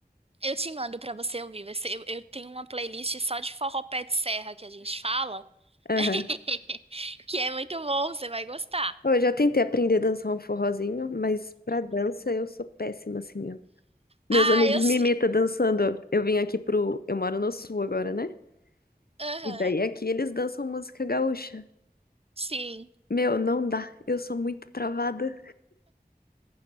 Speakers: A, on the right; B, on the left.
A: eu te mando pra você ouvir. Vai ser- Eu, eu tenho uma playlist só de forró pé de serra que a gente fala,
B: Aham.
A: <laughs> que é muito bom, você vai gostar.
B: Eu já tentei aprender a dançar um forrozinho, mas pra dança eu sou péssima, assim. ó. Meus
A: Ah,
B: amigos
A: eu. s-
B: me imitam dançando. Eu vim aqui pro. Eu moro no sul agora, né?
A: Aham,
B: E daí aqui eles dançam música gaúcha.
A: sim.
B: Meu, não dá. Eu sou muito travada.